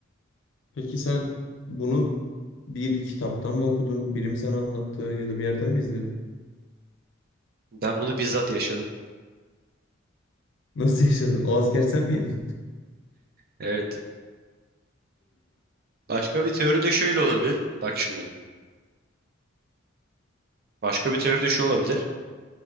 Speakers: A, on the left (about 65°); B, on the right (about 50°).
A: Peki sen bunu bir kitaptan mı okudun? Biri mi sana anlattı ya da bir yerden mi izledin?
B: Ben bunu bizzat yaşadım.
A: Nasıl yaşadın? O asker sen miydin?
B: Evet. Başka bir teori de şöyle olabilir. Bak şimdi. Başka bir teori de şu olabilir.